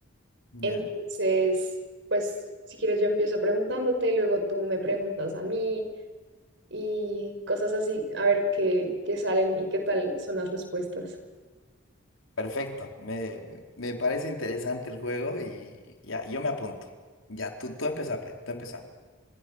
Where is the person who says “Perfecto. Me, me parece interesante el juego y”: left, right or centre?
Left